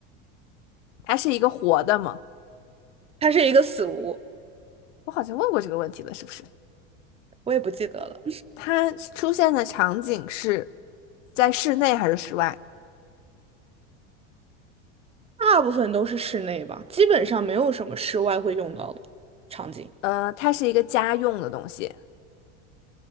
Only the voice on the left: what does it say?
它是一个活的吗？
我好像问过这个问题了，是不是？
它出现的场景是在室内还是室外？
呃，它是一个家用的东西，